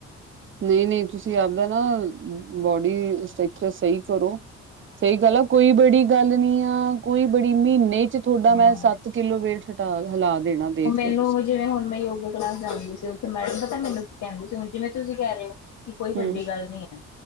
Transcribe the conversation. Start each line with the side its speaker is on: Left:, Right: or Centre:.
Right: ਨਹੀਂ ਨਹੀਂ ਤੁਸੀਂ ਆਪਦਾ ਨਾ ਬੋਡੀ ਸਟਕਚਰ ਸਹੀ ਕਰੋ। ਸਹੀ ਗੱਲ ਆ ਕੋਈ ਬੜੀ ਗੱਲ ਨੀ ਆ, ਕੋਈ ਬੜੀ ਮਹੀਨੇ ਚ ਤੁਹਾਡਾ
Left: ਹਾਂ
Right: ਮੈਂ ਸੱਤ ਕਿੱਲੋ ਵੇਟ ਘਟਾ ਹਿਲਾ ਦੇਣਾ। ਦੇਖ
Left: ਮੈਨੂੰ
Right: ਲਓ ਤੁਸੀਂ
Left: ਜਿਵੇਂ ਹੁਣ ਮੈਂ ਯੋਗਾ ਕਲਾਸ ਜਾਂਦੀ ਸੀ। ਉੱਥੇ ਮੈਡਮ ਪਤਾ ਮੈਨੂੰ ਕਹਿੰਦੀ ਸੀ। ਜਿਵੇਂ ਤੁਸੀਂ ਕਹਿ ਰਹੇ ਹੋ। ਕੋਈ ਵੱਡੀ
Right: ਹੂੰ
Left: ਗੱਲ ਨਹੀਂ ਹੈ,